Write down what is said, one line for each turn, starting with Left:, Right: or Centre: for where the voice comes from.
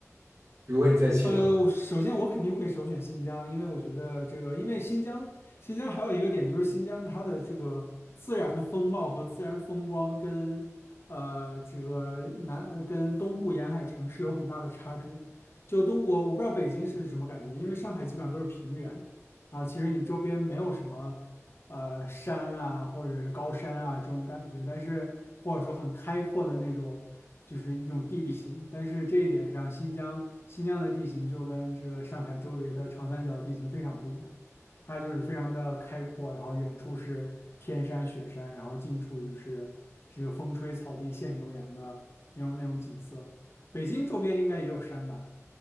Right: 如果你再去的话，
Left: 呃，我首先我肯定会首选新疆，因为我觉得这个，因为新疆，新疆还有一个点就是新疆它的这个自然风貌和自然风光跟呃这个南跟东部沿海城市有很大的差别。就东我我不知道北京是什么感觉，因为上海基本上都是平原啊，其实你周边没有什么。呃山啊，或者是高山啊这种感觉，但是或者说很开阔的那种，就是一种地形。但是这一点上，新疆新疆的地形就跟这个上海周围的长三角的地形非常不一样，它就是非常的开阔，然后远处是天山雪山，然后近处就是这个风吹草低见牛羊的那种那种景色。北京周边应该也有山吧？